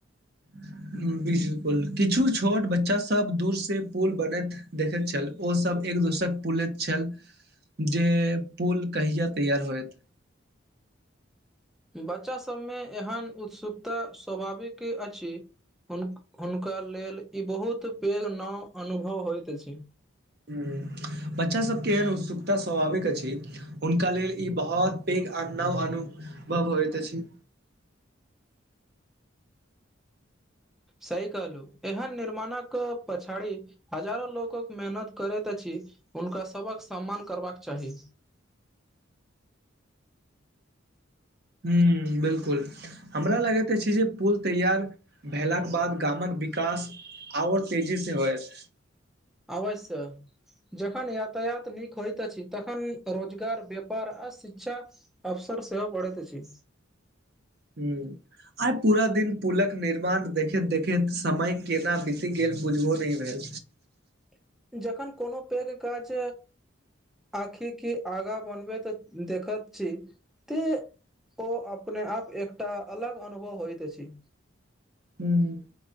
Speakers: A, on the right; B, in the centre.
A: हम्म बिलकुल किछु छोट बच्चा सब दूर से पुल बनैत देखैत छल ओसभ एक दोसरे पुलैत छल जे पुल कहियाँ तैयार होइत
B: बच्चा सभमे एहन उत्सुकता स्वाभाविक अछि। हुन हुनका लेल ई बहुत पैघ नाव अनुभव होयत छै
A: हम्म बच्चा सबके एहन उत्सुकता स्वाभाविक अछि। हुनका लेल ई बहुत पैघ अनव अनुभव होइत अछि
B: सही कहलू एहन निर्माणक पछाड़ी। हजारो लोकक मेहनत करैत अछि हुनका सभक सम्मान करबाक चाही।
A: हूँ बिलकुल हमरा लागैत अछि जे पुल तैयार भेलाक बाद गामक विकास। आओर तेजी से होइत
B: अवश्य। जखन यातायात नीक होइत अछि तखन रोजगार व्यापार आ शिक्षा। अवसर सेहो बढ़ैत अछि
A: हूँ आइ पूरा दिन पुलक निर्माण देखैत देखैत समय केना बीति गेल बुझबो नहि भेल।
B: <unintelligible> जखन कोनो पैघ काज आखिक की आगा बनबै तऽ। देखत छी त ओ अपने आप एकटा अलग अनुभव होइत अछि
A: हूँ